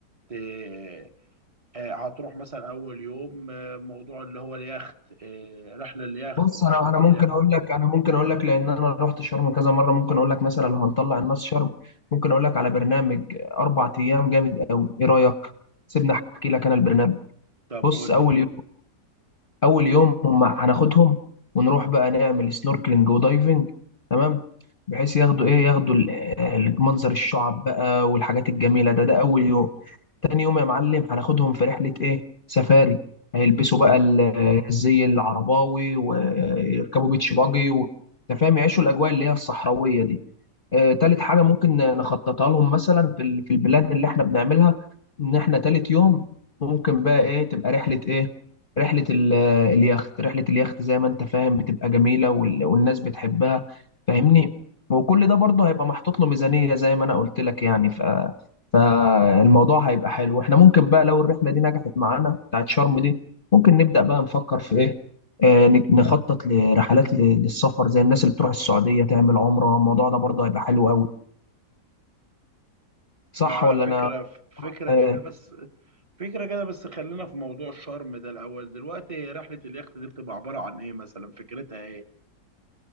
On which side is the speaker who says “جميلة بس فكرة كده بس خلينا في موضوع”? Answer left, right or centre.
Right